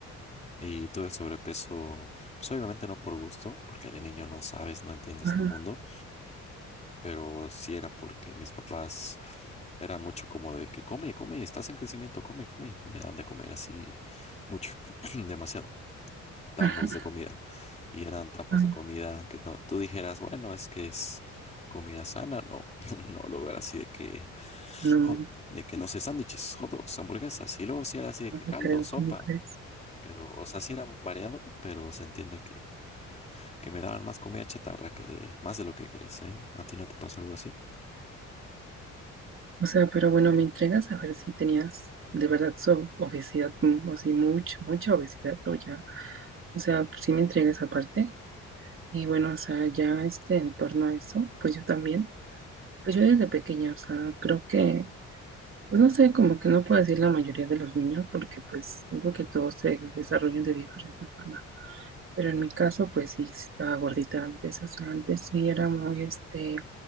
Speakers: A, on the left; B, on the right.
A: y tuve sobrepeso, pues obviamente no por gusto, porque de niño no sabes, no entiendes
B: ah,
A: el mundo, pero sí era porque mis papás eran mucho como de que come, come, estás en crecimiento, come, come, y me daban de comer así mucho, <clears throat> demasiado. tambos
B: ah,
A: de comida. Y eran tambos
B: ah.
A: de comida que no, tú dijeras, bueno, es que es comida sana. No, <laughs> no, luego era así de que,
B: No,
A: jo-
B: man,
A: de que no sé, sándwiches, hot dogs, hamburguesas. Y luego sí era así de
B: no
A: que
B: te
A: caldo,
B: creo,
A: sopa.
B: ¿cómo crees?
A: Pero, o sea, sí era variado, pero se entiende que, que me daban más comida chatarra que de más de lo que crees, ¿eh? ¿A ti no te pasó algo así?
B: O sea, pero bueno, me entregas a ver si tenías de verdad so- obesidad mm, o si mucha, mucha obesidad o ya. O sea, si me entregas aparte. Y bueno, o sea, ya este, en torno a eso, pues yo también. Pues yo desde pequeña, o sea, creo que, pues no sé, como que no puedo decir la mayoría de los niños porque pues siento que todos se desarrollan de diferente forma. Pero en mi caso, pues sí, sí estaba gordita antes, o sea, antes sí era muy, este,